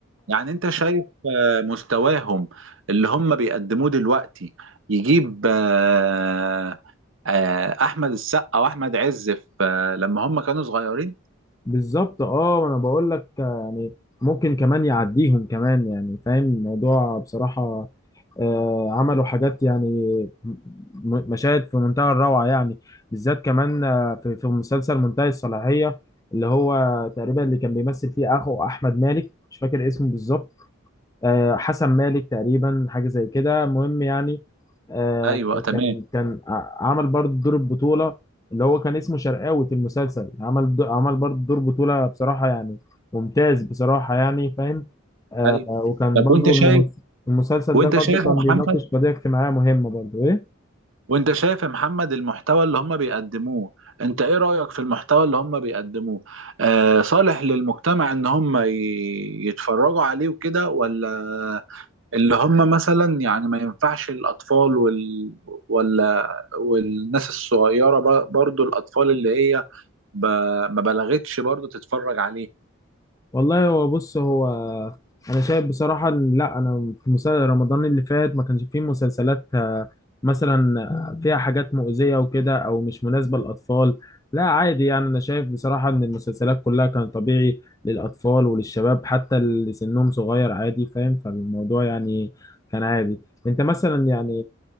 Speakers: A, on the right (about 65°); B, on the left (about 15°).
A: يعني انت شايف آه، مستواهم اللي هم بيقدموه دلوقتي يجيب آه، آه، احمد السقا واحمد عز في آه، لما هم كانوا صغيرين
B: بالظبط اه انا بقول لك يعني ممكن كمان يعديهم كمان يعني فاهم الموضوع بصراحة آه عملوا حاجات يعني م- م- مشاهد في منتهى الروعة يعني بالذات كمان آه في في مسلسل منتهي الصلاحية اللي هو تقريبا اللي كان بيمثل فيه اخو احمد مالك مش فاكر اسمه بالظبط آه، حسن مالك تقريبا حاجه زي كده المهم يعني آه،
A: ايوه تمام
B: كان كان ع- عمل برضه دور البطوله اللي هو كان اسمه شرقاوي في المسلسل عمل دو- عمل برضه دور بطوله بصراحه يعني ممتاز بصراحه يعني فاهم آه،
A: ايوه
B: وكان
A: طب
B: برضه
A: وانت شايف
B: الممس- المسلسل
A: وانت
B: ده برضه
A: شايف
B: كان
A: يا محمد
B: بيناقش قضيه اجتماعيه مهمه برضه ايه
A: وانت شايف يا محمد المحتوى اللي هم بيقدموه انت ايه رأيك في المحتوى اللي هم بيقدموه آه صالح للمجتمع ان هم ي- يتفرجوا عليه وكده ولا اللي هم مثلا يعني ما ينفعش الاطفال وال ولا والناس الصغيرة ب- برضو الاطفال اللي هي ب- ما بلغتش برضو تتفرج عليه
B: والله هو بص هو انا شايف بصراحه إن- لا انا في مسلسل رمضان اللي فات ما كانش فيه مسلسلات آه، مثلا آه، فيها حاجات مؤذيه وكده او مش مناسبه للاطفال لا عادي يعني انا شايف بصراحه ان المسلسلات كلها كان طبيعي للاطفال وللشباب حتى اللي سنهم صغير عادي فاهم فالموضوع يعني كان عادي انت مثلا يعني